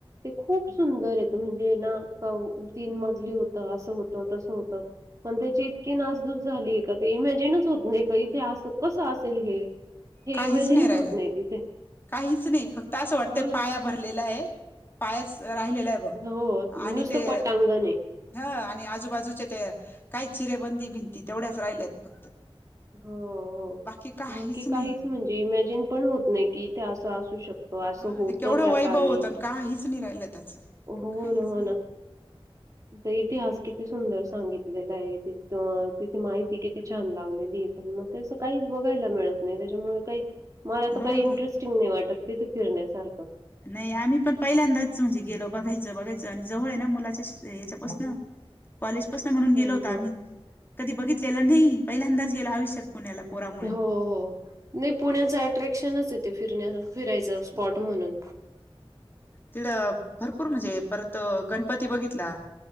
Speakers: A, on the right; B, on the left.
A: ते खूप सुंदर येत म्हणजे ना का तीन मजली होत असं होतं तसं होतं. पण त्यांची इतकी नासधुस झाली, का ते इमॅजिनच होत नाही का इथे अस कसं असेल हे. हे
B: काहीच
A: इमॅजिनच
B: राहिलं
A: होत नाही तिथे.
B: काहीच नाही फक्त असं वाटतंय
A: हो ना.
B: पाया भरलेला आहे पायाच राहिलेला आ बरं
A: हो,
B: आणि
A: नुसतं
B: ते
A: पटांगण आहे.
B: ह आणि आजूबाजूच्या त्या काही चिरेबंदी भिंती तेवढ्याच राहिल्यात.
A: हो हो
B: बाकी
A: बाकी काहीच
B: नाही
A: म्हणजे इमॅजिन पण होतं नाही की असं असू शकतं. हो
B: हा
A: असं होतं
B: केवढं
A: त्या
B: वैभव
A: काळी,
B: होतं आणि काहीच नाही राहिलं त्याचं
A: हो
B: काहीच
A: ना
B: नाही
A: हो ना तो इतिहास किती सुंदर सांगितलेलं आहे, तिथं माहिती किती छान लावलेली. ते पण म त्याचं काही बघायला मिळत नाही, त्यांच्यामुळे काही मला तर
B: हा
A: काही इंटरेस्टिंग नाही वाटतं. तिथं फिरण्यासारखं.
B: नाही आम्ही पण पहिल्यांदाच म्हणजे गेलो बघायचं बघायचं आणि जवळ आहे ना मुलाच्या ते याच्यापासन
A: हं.
B: कॉलेजपसन म्हणून गेलो
A: हं,
B: होतो आम्ही
A: हं.
B: कधी बघितलेलं नाही पहिल्यांदाच गेलो आयुष्यात. पुण्याला पोरा
A: हो हो नाही पुण्याच अट्रॅक्शनच येते फिरण्या फिरायचं स्पॉट म्हणून.
B: तिकडं भरपूर म्हणजे परत गणपती बघितला